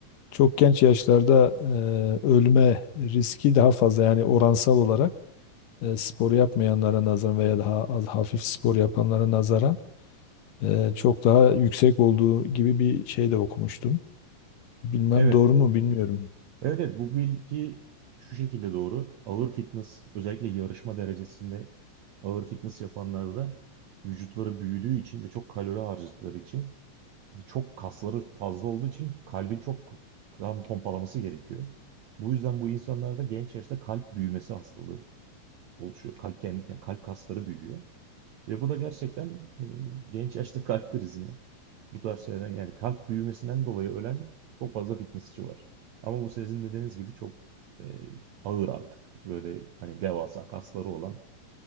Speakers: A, on the left; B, on the right.
A: çok genç yaşlarda e, ölme riski daha fazla yani oransal olarak e, spor yapmayanlara nazaran veya daha az hafif spor yapanlara nazaran e, çok daha yüksek olduğu gibi bir şey de okumuştum. Bilmem
B: Evet,
A: doğru mu bilmiyorum.
B: Evet, evet bu bilgi şu şekilde doğru. Ağır fitness özellikle yarışma derecesinde ağır fitness yapanlarda vücutları büyüdüğü için ve çok kalori harcadıkları için ve çok kasları fazla olduğu için kalbin çok kan pompalaması gerekiyor. Bu yüzden bu insanlarda genç yaşta kalp büyümesi hastalığı oluşuyor. Kalp kendi kalp kasları büyüyor. Ve bu da gerçekten e, genç yaşta kalp krizine bu tarz şeylerden yani kalp büyümesinden dolayı ölen çok fazla fitnessçi var. Ama bu sizin dediğiniz gibi çok e, ağır artık. Böyle hani devasa kasları olan